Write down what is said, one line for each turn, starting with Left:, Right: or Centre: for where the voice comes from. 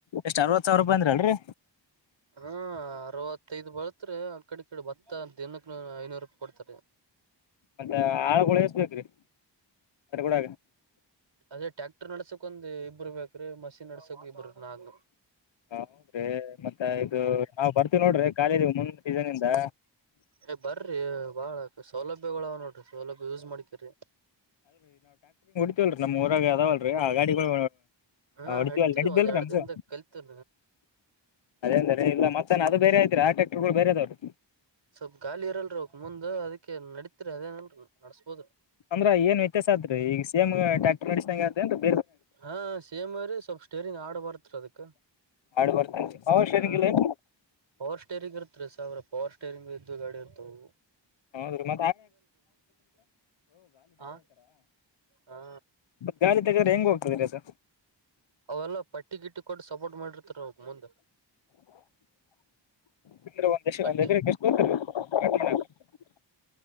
Left: ಎಷ್ಟ್ ಅರವತ್ ಸಾವಿರ ರೂಪಾಯಿ ಅಂದ್ರಲ್ರರಿ.
Right: ಹ ಅರವತ್ತೈದ್ ಬರತ್ರಿ. ಕಡೆ ತದ ಬತ್ತ ದಿನಕ್ಕ ಐನೂರು ರೂಪಾಯಿ ಕೊಡ್ತಾರೆ.
Left: ಮತ್ತೆ ಆಳಗಳ ಎಸ್ಬೇಕ್ರೀ ಅದ್ರ ಕೂಡ
Right: ಅದೇ ಟ್ಯಾಕ್ಟರ್ ನಡ್ಸಕೊಂದ್ ಇಬ್ಬ್ರ ಬೇಕ್ರೀ ಮಷಿನ್ ನಡ್ಸಕ್ ಇಬ್ರ ನಾಕ್
Left: ಹ ಹೌದ್ರೀ ಮತ್ತ ಇದು ನಾವ್ ಬರ್ತೀವಿ ನೋಡ್ರಿ ಖಾಲಿದೀವಿ ಮುಂದ್ ಸೀಸನ್ ಇಿಂದ.
Right: ಏ ಬರ್ರಿ ಬಾಳ ಸೌಲಭ್ಯಗಳ ನೋಡ್ರಿ ಸೌಲಭ್ಯ ಯೂಸ್ ಮಾಡ್ಕ್ರಿ.
Left: ಇಲ್ರಿ ನಮ್ ಊರಾಗ ಅದಾವಲ್ರರಿ ಆ ಗಾಡಿಗಳು.
Right: ಹಾ
Left: ಹೊಡಿತೀವಲ್ಲ
Right: ನಡತರುವ
Left: ನಡಿದ್ದಿಲ್ರಿ
Right: ಅ ಎರಡು
Left: ನಮ್ಗೆ
Right: ದಿನದ ಕಲಿತ.
Left: ಅದೇ ಅಂದಾರೆ ಇ ಮತ್ತ್ ಅದು ಬೇರೆ ಐ್ದೀರ ಆ ಟ್ಯಾಕ್ಟರ್ಗಳು ಬೇರೆ ಅದವರು.
Right: ಸ್ವಲ್ಪ್ ಗಾಲಿ ಇರಲ್ರರಿ ಅವಕ್ ಮುಂದ್ ಅದಕ್ಕೆ ನಡತ್ರಿ ಅದೇನಲ್ರಿ ನಡ್ಸ್ಬೋದಿ.
Left: ಅಂದ್ರ ಏನ್ ವ್ಯತ್ಯಾಸ ಆದತ್ರಿ ಈಗ ಸೇಮ ಡ್ಯಾಕ್ಟರ ಡಿಸನ್ ಏನ್ರಿ.
Right: ಹಾ ಸೇಮ್ ರಿ ಸ್ವಲ್ಪ್ ಸ್ಟೇರಿಂಗ್ ಆಡ್ ಬರ್ತ್ರಿ ಅದಕ್ಕ.
Left: ಆಡ್ ಬರ್ತೇನೆ ಪವರ್ ಸ್ಟೇರಿಂಗ್
Right: ಹಾ
Left: ಇಲ್ಲ ಏನ್ರಿ
Right: ಪವರ್ ಸ್ಟೇರಿಂಗ ಇರ್ತ್ರಿ ಸಾವಿರ ಪವರ್ ಸ್ಟೇರಿಂಗ್. ಗಾಡಿ ಇರ್ತಾವ ಇವು.
Left: <unintelligible> ಮ
Right: ಆ ಹಾ
Left: ಗಾಳಿ ತೆಗೆರ ಹೆಂಗ ಹೋಗ್ತದೆರೀ ಅದ.
Right: ಅವೆಲ್ಲ ಪಟ್ಟಿಗಿಟ್ಟಿ ಕೊಟ್ಟ ಸಪೋರ್ಟ್ ಮಾಡಿರ್ತಾರ ಅವಕ್ ಮುಂದ.
Left: ತಂದ್ರೆ ಒಂದ್ ದ
Right: ಪಟ್ಟಿ
Left: ಒಂದ ಎಷ್ಟು ಗತ ಹ